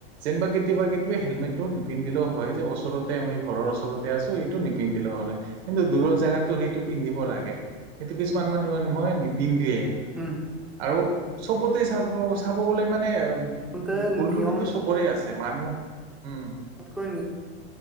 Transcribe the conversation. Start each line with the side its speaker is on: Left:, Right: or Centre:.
Right: যেনিবা কেতিয়াবা হেলমেটটো নিপিন্ধিলেও হয় যে ওচৰতে আমি ঘৰৰ ওচৰতে আছো এইটো নিপিন্ধিলেও হলে কিন্তু দূৰ জাগাতটো সেইটো পিন্ধিব লাগে সেইটো কিছুমান মানুহে নহয় নিপিন্ধে
Centre: হম
Right: আৰু চবতে চাব চাব গ'লে মানে
Centre: আচলতে
Right: ভুলটো
Centre: নিয়ম
Right: কিন্তু চবৰে আছে মানুহ উম
Centre: ততকৈ